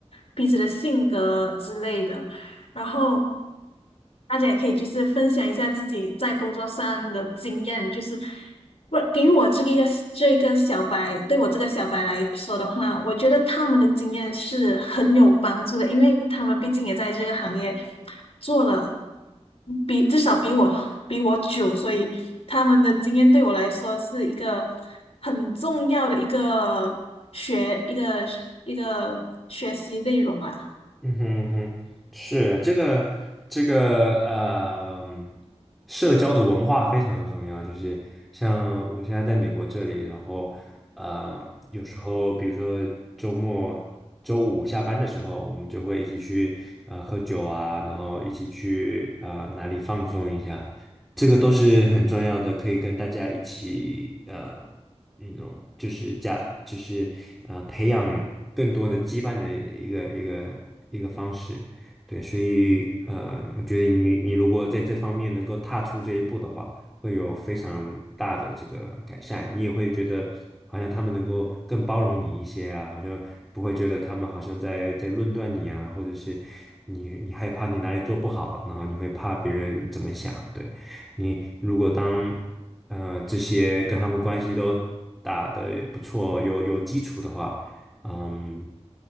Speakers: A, on the left; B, in the centre.
A: 彼此的性格之类的。然后大家也可以就是分享一下自己在工作上的经验，就是不给我这个这个小白，对我这个小白来说的话，我觉得他们的经验是很有帮助的，因为他们毕竟也在这个行业做了比至少比我比我久，所以他们的经验对我来说是一个很重要的一个学一个一个学习内容啊。
B: 嗯哼嗯哼，是这个这个呃，社交的文化非常的重要。就是像我现在在美国这里，然后呃，有时候比如说周末周五下班的时候，我们就会一起去呃喝酒啊，然后一起去呃哪里放松一下。这个都是很重要的，可以跟大家一起呃，那种就是加就是呃培养更多的羁绊的一个一个一个方式。对，所以呃，我觉得你你如果在这方面能够踏出这一步的话，会有非常大的这个改善。你也会觉得好像他们能够更包容你一些啊，好像不会觉得他们好像在在论断你啊，或者是你你害怕你哪里做不好，然后你会怕别人怎么想，对。你如果当呃这些跟他们关系都打得不错，有有基础的话，嗯，